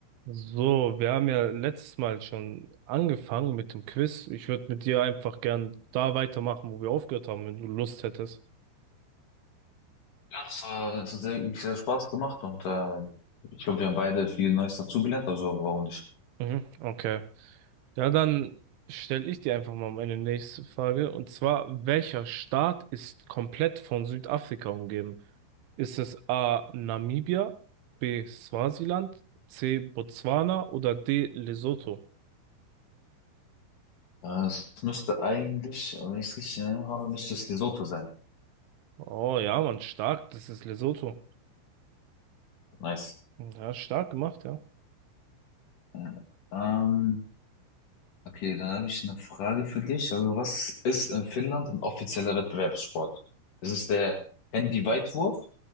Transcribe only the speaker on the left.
Ja, das war, das hat sehr- sehr Spaß gemacht und äh, ich glaube, wir haben beide viel Neues dazugelernt, also warum nicht?
Äh, es müsste eigentlich, wenn ich es richtig erinnert habe, müsste es Lesotho sein.
Nice.
Äh, ähm, okay, dann habe ich eine Frage für dich. Also was ist in Finnland ein offizieller Wettbewerbssport? Ist es der Handy-Weitwurf,